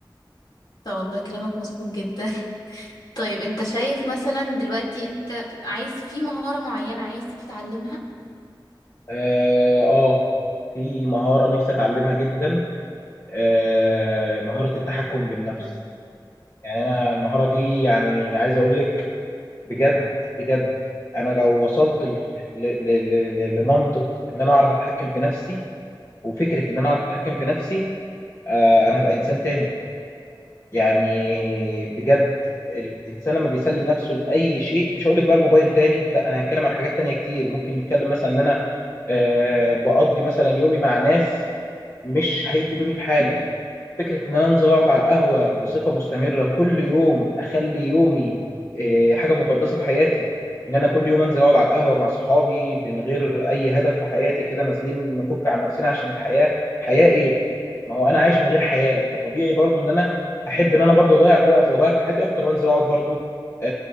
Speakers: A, on the left; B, on the left.
A: طب والله كلامك مظبوط جدا <laughs> طيب انت شايف مثلا دلوقتي انت عايز في مهارة معينة عايز تتعلمها
B: اه آه، في مهاره نفسي اتعلمها جدا آه مهاره التحكم بالنفس
A: يعني
B: يعني انا المهاره دي يعني عايز اقول لك بجد بجد انا لو وصلت ل- ل- ل- ل- لمنطق ان انا اعرف اتحكم في نفسي وفكره ان انا اعرف اتحكم في نفسي آه انا هبقى انسان تاني يعني بجد الانسان لما بيسلم نفسه لاي شيء مش هقول لك بقى الموبايل تاني لا انا هتكلم عن حاجات تانية كتير ممكن نتكلم مثلا ان انا آه، بقضي مثلا يومي مع ناس مش هيفيدوني بحاجه فكرة إن أنا أنزل أقعد على القهوة بصفة مستمرة كل يوم أخلي يومي آه، حاجة مقدسة في حياتي إن أنا كل يوم أنزل أقعد على القهوة مع صحابي من غير أي هدف في حياتي كده نازلين نفك عن نفسنا عشان الحياة حياة إيه؟ ما هو أنا عايش من غير حياة فطبيعي برضو إن أنا أحب إن أنا برضو أضيع في وقتي وأضيع في حياتي أكتر وأنزل أقعد برضو آه،